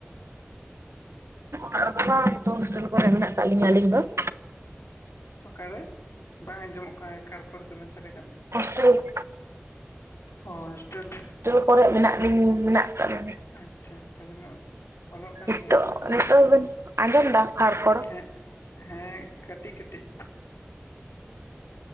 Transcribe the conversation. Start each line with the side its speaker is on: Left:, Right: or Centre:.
Right: ᱚᱲᱟᱜ ᱠᱚᱨᱮ ᱫᱚ ᱵᱟᱝ ᱱᱤᱛᱚᱝ ᱦᱳᱥᱴᱮᱞ ᱠᱚᱨᱮ ᱢᱮᱱᱟᱜ ᱟᱠᱟᱫ ᱞᱤᱧᱟ ᱟᱞᱤᱧ ᱫᱚ ᱾
Left: ᱚᱠᱟᱨᱮ ᱵᱟᱝ ᱟᱡᱚᱢᱚᱜ ᱠᱟᱱᱟ, ᱠᱷᱟᱲ ᱠᱷᱚᱲ ᱫᱚᱢᱮ ᱥᱟᱰᱮ ᱠᱟᱱᱟ᱾
Right: ᱦᱳᱥᱴᱮᱞ
Left: ᱦᱳᱭ ᱦᱳᱥᱴᱮᱞ ᱨᱮ,
Right: ᱦᱳᱭ ᱢᱮᱱᱟᱜ ᱞᱤᱧ ᱢᱮᱱᱟᱜ ᱠᱟᱫ ᱞᱤᱧᱼᱟ᱾
Left: ᱟᱪᱪᱷᱟ ᱛᱟᱦᱚᱞᱮ ᱢᱟ ᱚᱞᱚᱜ ᱠᱟᱱ
Right: ᱱᱤᱛᱚᱜ
Left: ᱜᱮᱭᱟ ᱥᱮ
Right: ᱱᱤᱛᱚᱜ ᱵᱮᱱ ᱟᱸᱡᱚᱢ ᱫᱟ ᱠᱷᱟᱲ ᱠᱷᱚᱲ
Left: ᱪᱮᱫ <inaudible> ᱦᱮᱸ ᱠᱟᱹᱴᱤᱡ ᱠᱟᱹᱴᱤᱡ